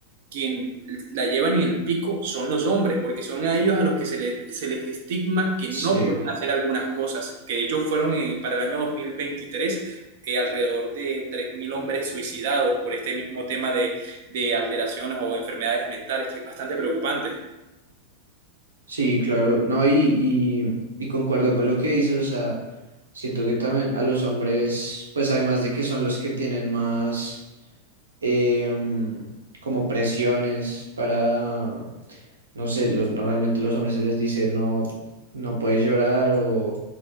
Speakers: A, on the right; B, on the right.
A: quien la llevan en el pico son los hombres, porque son a ellos a los que se, le, se les estigma que no
B: Sí,
A: pueden hacer algunas cosas, que de hecho fueron eh, para el año 2023 eh, alrededor de 3.000 hombres suicidados por este mismo tema de, de alteraciones o enfermedades mentales, que es bastante preocupante.
B: sí, claro, no, y, y, y concuerdo con lo que dices, o sea, siento que también a los hombres, pues además de que son los que tienen más em, como presiones para no sé, los, normalmente los hombres se les dice no, no puedes llorar o